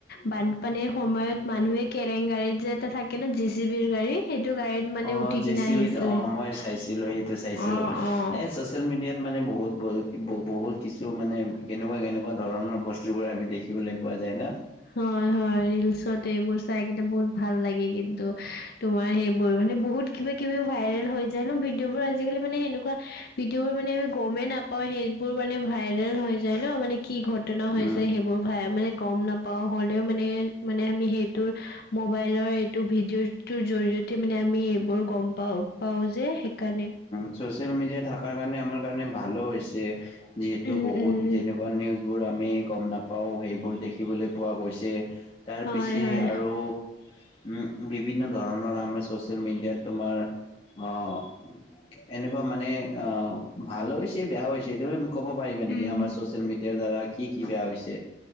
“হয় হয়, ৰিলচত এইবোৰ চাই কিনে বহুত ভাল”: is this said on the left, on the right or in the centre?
Left